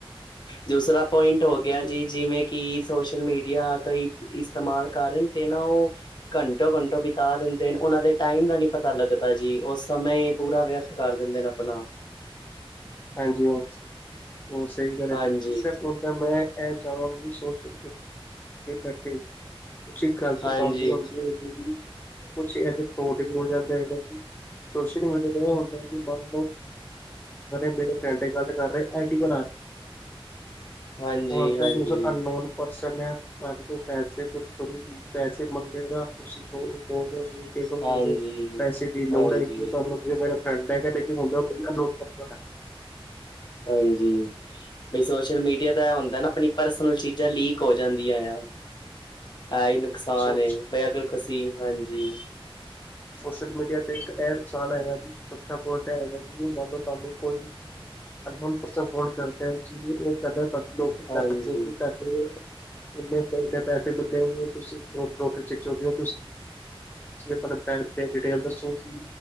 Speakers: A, on the left; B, on the left.
A: ਦੂਸਰਾ, ਪੁਆਇੰਟ ਹੋ ਗਿਆ
B: ਮੀਡੀਆ
A: ਜੀ, ਜਿਵੇਂ। ਕਿ ਸੋਸ਼ਲ ਮੀਡੀਆ, ਕਈ ਇਸਤੇਮਾਲ ਕਰਨ ਤੇ, ਨਾ ਉਹ ਘੰਟੋ- ਘੰਟੋ, ਬਿਤਾ ਦਿੰਦੇ ਨੇ, ਉਹਨਾਂ ਦੇ ਟਾਈਮ ਦਾ ਨੀ ਪਤਾ ਲੱਗਦਾ ਜੀ ਉਸ ਸਮੇਂ। ਪੂਰਾ ਵਿਅਰਥ, ਕਰ ਦਿੰਦੇ ਨੇ ਆਪਣਾ
B: ਹਾਂਜੀ- ਹਾਂਜੀ, ਉਹ ਸਹੀ ਗੱਲ ਹੈ,
A: ਹਾਂਜੀ,
B: ਜੀ ਤੀਸਰਾ। ਮੈਂ ਇਹ, ਚਾਹਵਾਂ ਸੋਚੇ ਬੈਠੇ। ਕੁਛ ਗ਼ਲਤ,
A: ਹਾਂਜੀ,
B: ਕੰਮ ਵੀ ਹੁੰਦੀ ਹੈਗੀ, ਜ ਕੁਛ ਇਹਦੇ ਫਰੋਡ, ਵੀ ਹੋ ਜਾਂਦਾ ਹੈਗਾ ਜ। ਸੋਸ਼ਲ ਮੀਡੀਆ ਤੇ ਹੁੰਦਾ ਹੈ ਮਨ। ਮੇਰੇ ਪਿੰਡ ਦੀ, ਗੱਲ ਕਰ ਰਹੇ, ਆਈ ਡ ਬਣਾ
A: ਹਾਂਜੀ,
B: ਹਣ,
A: ਹਾਂਜੀ,
B: ਤਾਂ ਅਨਨੋਨ ਪਰਸਨ ਮੈਂ, ਤੁਹਾਡੇ ਕੋਲ, ਪੈਸੇ ਥੋਾਨੂੰ ਪੈਸੇ ਮੰਗੇਗਾ, ਤੁਸੀਂ ਹੋ। ਹੋਗੇ ਤੁਂ, ਤੁਹਾਨੂੰ,
A: ਹਾਂਜੀ।
B: ਪੈਸੇ ਦੀ ਲੋੜ
A: ਹਾਂਜੀ,
B: ਹੈਗੀ ਹੈ, ਤੁਹਾਨੂੰ ਮੇਰੇ ਠੰਡਾ ਹੈ, ਕਿ ਦੇਖ, ਹੁੰਦਾ ਖੁੱਲ ਲੋ ਪੱ।
A: ਹਾਂਜੀ, ਬ ਸੋਸ਼ਲ ਮੀਡੀਆ, ਤਾਂ ਇਹ ਹੁੰਦਾ ਨਾ, ਆਪਣੀ ਪਰਸਨਲ ਚੀਜ਼ਾਂ ਲੀਕ ਹੋ ਜਾਂਦੀਆਂ ਆ, ਐਹੀ ਨੁਕਸਾਨ
B: ਸੋਚ
A: ਬ, ਅਗਰ ਤੁਸੀਂ ਹਾਂਜੀ
B: ਸੋਸ਼ਲ ਮੀਡੀਆ ਤੇ, ਇੱਕ ਇਹ ਨੁਕਸਾਨ ਹੈਗਾ ਜੀ, ਚਥਾ ਪਟ ਹੈਗਾ, ਜਿ ਮੰਨ ਲੋ ਤੁਹਾਨੂੰ ਕੋਈ ਕਰ, ਉਹ ਕਹਿੰਦਾ ਤੁਹਾਡੀਟ ਲ।
A: ਹਾਂਜੀ,
B: ਤੇ ਇੰਨੇ -ਇੰਨੇ, ਪੈਸੇ ਮਿਲਦੇ, ਤੁਸੀਂ ਕਰੋੜ ਨੌਕਰੀ ਚ ਚੁਗੇ ਹੋ ਤੁਸੀਂ। ਤੁਂ ਆਪਣਾ, ਪੈਨ ਬੈਂਕ ਡਿਟੇਲ ਦੱਸੋ ਜੀ,